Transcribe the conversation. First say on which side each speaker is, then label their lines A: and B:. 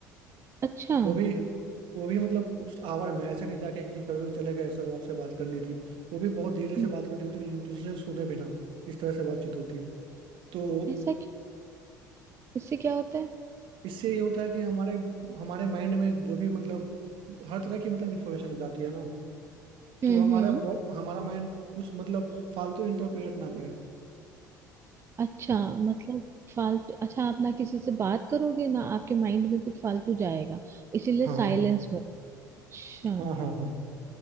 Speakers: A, on the right (about 25°); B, on the right (about 55°).
A: अच्छा
B: वो भी वो भी मतलब उस आवर में ऐसे नहीं जाके कि कभी भी चले गए सर आपसे बात करनी थी वो भी बहुत धीरे से
A: हम्म,
B: बात करनी होती है कि दूसरे सुने बिना इस तरह से बातचीत होती है तो
A: ऐसा क्यों इससे क्या होता है
B: इससे ये होता है कि हमारे हमारे माइंड में जो भी मतलब हर तरह की मतलब इंफॉर्मेशन जाती है ना
A: हम्म,
B: तो हमारा
A: हम्म।
B: बो- हमारा माइंड कुछ मतलब फालतू इंटरप्रेट ना करे
A: अच्छा मतलब फालतू अच्छा आप ना किसी से बात करोगे ना आपके माइंड में कुछ फालतू जाएगा इसीलिए
B: हाँ
A: साइलेंस में अच्छा
B: हाँ हाँ हाँ